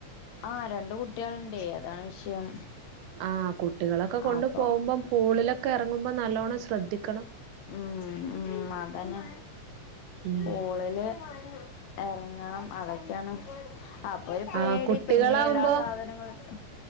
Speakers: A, on the left (about 70°); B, on the right (about 80°).
A: ആ രണ്ട് കുട്ടികളുണ്ടേ അത് അതാണ് വിഷയം
B: ആ കുട്ടികളൊക്കെ കൊണ്ടു
A: അപ്പൊ
B: പോകുമ്പം പൂളിലൊക്കെ എറങ്ങുമ്പം നല്ലോണം ശ്രദ്ധിക്കണം
A: ഉം ഉം അതന്നെ
B: ഉം
A: പൂളില് എറങ്ങണം അതൊക്കെയാണ് അപ്പൊ ഒരു പേടി
B: ആ കുട്ടികളാവുമ്പോ
A: ഇപ്പം ഇനീ എല്ലാ സാധനങ്ങളും എടുക്കാം